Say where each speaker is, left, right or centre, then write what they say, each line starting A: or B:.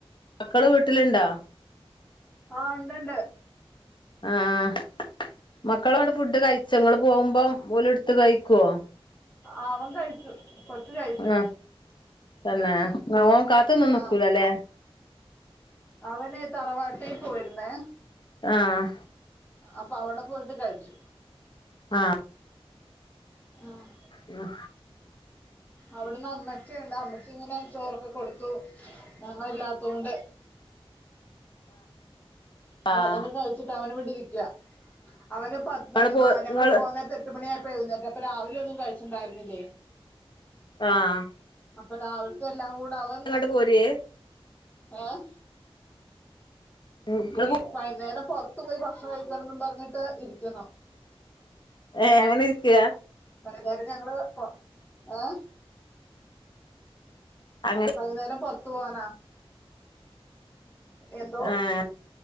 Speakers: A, on the left; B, on the left.
A: മക്കള് വീട്ടിലുണ്ടോ
B: ആഹ് ഒണ്ട് ഒണ്ട്
A: ആഹ് മക്കളവിടെ ഫുഡ് കഴിച്ചാ ഇങ്ങൾ പോകുമ്പം ഓലെടുത്ത് കഴിക്കോ
B: ആഹ് അവൻ കഴിച്ചു കൊച്ചു കഴിച്ചു
A: ആഹ് തന്നെ ഓന് കാത്തൊന്നും
B: ആ
A: നിക്കൂലല്ലേ
B: അവന് തറവാട്ടി പോയിരുന്നേ.
A: ആഹ്
B: അപ്പൊ അവിടെ പോയിട്ട് കഴിച്ചു.
A: ആഹ്
B: ആഹ്
A: ഉം
B: അവിടുന്ന് അമ്മച്ചിയുണ്ട് അമ്മച്ചി ഇങ്ങനെ ചോറൊക്കെ കൊടുത്തു ഞങ്ങ ഇല്ലാത്തൊണ്ട്. അപ്പൊ
A: ആഹ്
B: അതൊക്കെ കഴിച്ചിട്ട് അവനവടെ ഇരിക്ക അവന് പ
A: ഇങ്ങള്
B: എന്താ
A: പോ
B: ഞങ്ങള്
A: ഇങ്ങള്
B: പോന്നേര എട്ടു മണിയായപ്പ എഴുന്നറ്റപ്പൊ രാവിലെ ഒന്നും കഴിച്ച്ണ്ടാരുന്നില്ലേ
A: ആഹ്
B: അപ്പ രാവിലത്തെല്ലാം കൂടെ അവൻ
A: ഇങ്ങട്ട് പോരേ
B: ഏഹ്
A: ഇങ്ങള്
B: ഇനി
A: പോ
B: വൈകുന്നേരം പുറത്തു പോയി ഭക്ഷണം കഴിക്കണന്നും പറഞ്ഞിട്ട് ഇരിക്കുന്നു.
A: ഏഹ് അങ്ങനെ ഇരിക്ക?
B: വൈന്നേരം ഞങ്ങള് പൊ ഏഹ്
A: അങ്ങനെ
B: വൈകുന്നേരം പുറത്തു പോകാനാ. എന്തോ
A: ആഹ്